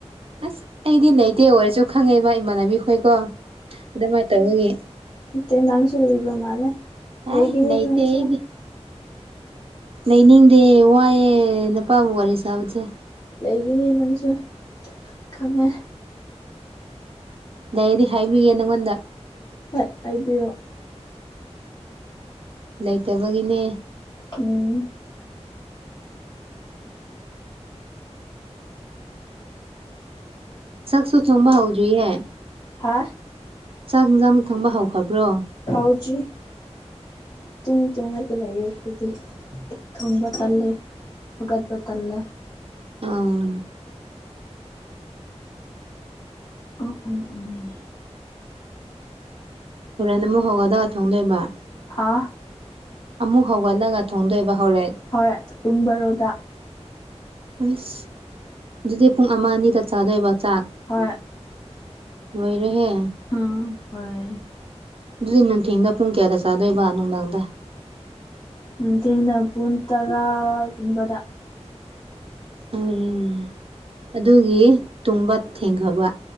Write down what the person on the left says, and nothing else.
ꯇ‌ꯦ ꯅꯪꯁꯨ ꯂꯩꯕ ꯃꯥꯟꯂ‌ꯦ
ꯂꯩꯒꯅꯤ
ꯅꯪꯁꯨ
ꯂꯩꯒꯤꯅꯤ ꯅꯪꯁꯨ ꯈꯪꯉꯦ
ꯍꯣꯏ ꯍꯥꯏꯕꯤꯌꯣ
ꯎꯝ
ꯍꯥ
ꯍꯧꯗ꯭ꯔꯤ ꯇꯨꯝ ꯇꯨꯝꯃꯥꯒ ꯂꯩꯌ‌ꯦ ꯑꯩꯈꯣꯏꯗꯤ ꯊꯣꯡꯕ ꯇꯜꯂꯤ ꯍꯧꯒꯠꯄ ꯇꯜꯂꯦ
ꯑꯥ ꯎꯝ ꯎꯝ
ꯍꯥꯥ
ꯍꯣꯏ ꯄꯨꯡ ꯕꯥꯔꯣꯗ
ꯍꯣꯏ
ꯍꯥ ꯍꯣꯏ
ꯅꯨꯡꯊꯤꯜꯗ ꯄꯨꯡ ꯇꯔꯥꯒꯨꯝꯕꯗ